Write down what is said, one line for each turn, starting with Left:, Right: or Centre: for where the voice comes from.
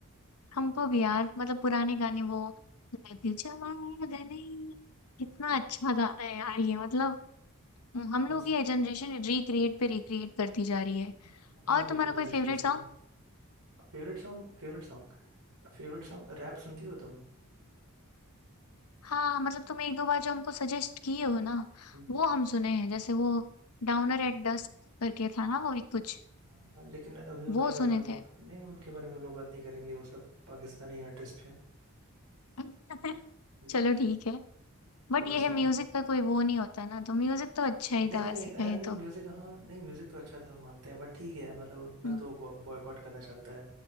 Left: हमको भी यार मतलब पुराने गाने वो लग जवा गले कितना अच्छा गाना है यार ये मतलब हम
Right: कौन
Left: लोग
Right: सा
Left: ये जनरेशन रिक्रिएट पे रिक्रिएट करती जा रही है
Right: हमारे हम
Left: और
Right: लोग
Left: तुम्हारा
Right: के जनरेशन
Left: कोई फेवरेट
Right: इसी
Left: सॉन्ग
Right: में Favourite song favourite song favourite song rap सुनती हो तुम
Left: हाँ मतलब तुम एक दो बार जो हमको सजेस्ट किए हो ना
Right: हम्म।
Left: वो हम सुने हैं जैसे वो डाउनर एट डस्क करके था ना वो एक कुछ
Right: हाँ लेकिन अभी उनके
Left: वो
Right: बारे
Left: सुने
Right: में हम
Left: थे
Right: नहीं उनके बारे में हम लोग बात नहीं करेंगे वो सब पाकिस्तानी आर्टिस्ट हैं
Left: <laughs>
Right: हम्म।
Left: चलो ठीक है बट
Right: थोड़ा
Left: ये है
Right: सा
Left: म्यूजिक का कोई वो नहीं होता ना तो म्यूजिक तो अच्छा ही
Right: नहीं
Left: था वैसे
Right: नहीं अरे
Left: कहें
Right: नहीं
Left: तो
Right: म्यूजिक हाँ नहीं म्यूजिक तो अच्छा था हम मानते हैं बट ठीक है मतलब उतना
Left: हम्म,
Right: तो बॉयकॉट करना चलता है